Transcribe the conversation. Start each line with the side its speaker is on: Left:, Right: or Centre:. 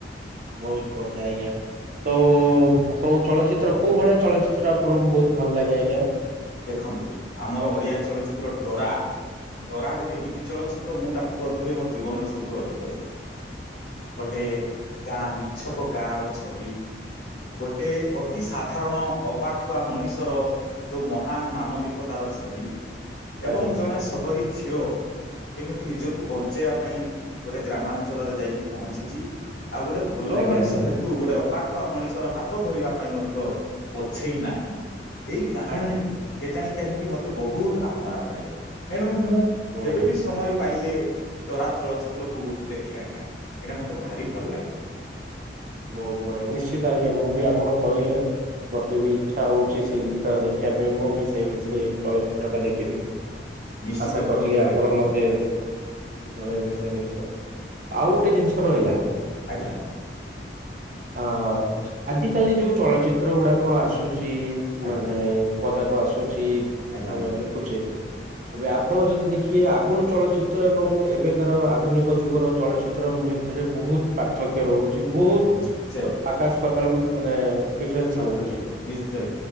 Right: ବହୁତ ବଢିଆ ଆଜ୍ଞା ତ ଆପଣଙ୍କୁ ଚଳଚିତ୍ର କୋଉ ଭଳିଆ ଚଳଚିତ୍ରା ଆପଣଙ୍କୁ ବହୁତ ଭଲ ଲାଗେ ଆଜ୍ଞା।
Left: ଦେଖନ୍ତୁ ଆମର ଓଡିଆ ଚଳଚିତ୍ର ଡରା। ଡରା ଗୋଟେ ଏମିତି ଚଳଚ୍ଚିତ୍ର ମୁଁ ତାକୁ ବୋଧ ହଏ ମୋ ଜୀବନରେ ସବୁଠୁ ଅଧିକ ଦେଖି ଗୋଟେ ଗାଁ ନିଛକ ଗାଁର ଛବି ଗୋଟେ ଅତି ସାଧାରଣ ଅପାଠୁଆ ମଣିଷର ଯୋଉ ମହାନ ମାନବିକତାର ଛବି। ଏବଂ
Right: ଆଜ୍ଞା।
Left: ଜଣେ ସହରୀ ଝିଅ କେମିତି ନିଜକୁ ବଞ୍ଚ ପଞ୍ଚେଇବା ପାଇଁ ଗୋଟେ ଗ୍ରାମାଞ୍ଚଳରେ ଯାଇକି ପହଞ୍ଚିଛି ଆଉ ଗୋଟେ ଭଲ
Right: ଆଜ୍ଞା।
Left: ମଣିଷ ହେତୁ ଗୋଟେ ପାଠୁଆ ମଣିଷର ହାତ ଧରିବା ପାଇଁ ମଧ୍ୟ ପଛେଇ ନାହିଁ। ଏ କାହାଣୀ
Right: ଆଜ୍ଞା
Left: କେ ଜାଣି କାହିଁକି ମତେ ବହୁତ ଆପଣାରେ ଲାଗେ। ଏଣୁ ମୁଁ
Right: ହୁଁ
Left: କେବେ ବି ସମୟ ପାଇଲେ ଡରା ଚଳଚିତ୍ରକୁୁ ଦେଖେ ଆଜ୍ଞା ଏଇଟା ମତେ ଭାରି ଭଲ ଲାଗେ।
Right: ବହୁତ ବଢିଆ ନିଶ୍ଚିତ ଆଜ୍ଞା ମୁଁ ବି ଆପଣ କହିଲେ ମତେ ବି ଇଚ୍ଛା ହଉଛି ସେଇ ଜିନିଷ ଟା ଦେଖିବା ପାଇଁ ମୁଁ ବି ସେଇ ସେଇ ଚଳଚିତ୍ର ଟା ଦେଖିବି।
Left: ନିଶ୍ଚିତ
Right: ଆଶା କରଛି
Left: ଥରୁଟିଏ
Right: କି ଆପଣ
Left: ଦେଖିବେ
Right: ମତେ ଜଣେଇବେ ସେ ବିଷୟରେ। ଆଉ ଗୋଟେ ଜିନିଷ ରହିଲା
Left: ଆଜ୍ଞା।
Right: ଆ ଆଜିିକାଲି ଯୋଉ ଚଳଚିତ୍ର ଗୁଡାକ ଆସୁ ଚି ମାନେ
Left: ଆଜ୍ଞା
Right: ପଦାକୁ ଆସୁ ଚି
Left: ଆଜ୍ଞା
Right: ଆମେ ଦେଖୁଛେ ଏବେ ଆପଣ ଯଦି ଦେଖିବେ ଆଗରୁ ଚଳଚିତ୍ର ଏବଂ ଏବେକାର ଆଧୁନିକ ଯୁଗର ଚଳଚିତ୍ର ମିତରେ ବହୁତ ପାର୍ଥକ୍ୟ ରହୁ ଛି ବହୁତ
Left: ନିଶ୍ଚୟ
Right: ଆକାଶ ପାତଳମ୍ ମାନେ ଡିଫରେନ୍ସ
Left: ପାର୍ଥକ୍ୟ
Right: ରହୁଛି
Left: ନିଶ୍ଚୟ